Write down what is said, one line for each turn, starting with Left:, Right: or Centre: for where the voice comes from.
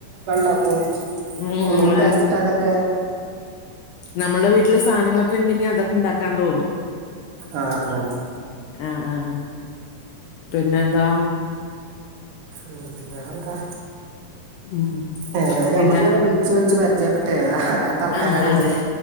Right: ഉണ്ടാക്കും
Left: ഉം
Right: ഒന്ന് കൂടി ടെസ്റ്റ് കിട്ടാനൊകെ
Left: നമ്മുടെ വീട്ടില് സാധനങ്ങളൊക്കെ ഉണ്ടെങ്കി അതൊക്കെ ഉണ്ടാക്കാൻ തോന്നും
Right: ആ തോന്നും
Left: ആഹ ആഹ പിന്നെ എന്താ
Right: ഉ വേറെന്താ
Left: ഉം
Right: ഏതായാലും
Left: പിന്നെ
Right: നമ്മള് ഇ ങ്ങനെ വിളിച്ച് വിളിച്ചു വിളിച്ച് പരിചയപ്പെട്ടതാ അറിയാത്ത ആൾക്കാരാണെങ്കിലും
Left: ആഹ് അതെ